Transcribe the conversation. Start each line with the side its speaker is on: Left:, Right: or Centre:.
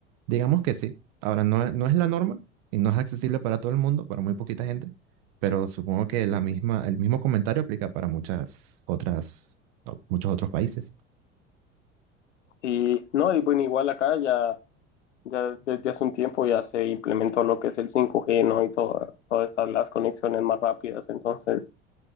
Right: digamos que sí. Ahora, no, es- no es la norma y no es accesible para todo el mundo, para muy poquita gente. Pero supongo que la misma, el mismo comentario aplica para muchas otras, muchos otros países.
Left: Y no, y bueno, igual acá ya, ya desde hace un tiempo ya se implementó lo que es el 5G, ¿no? Y todo- todas esas, las conexiones más rápidas. Entonces,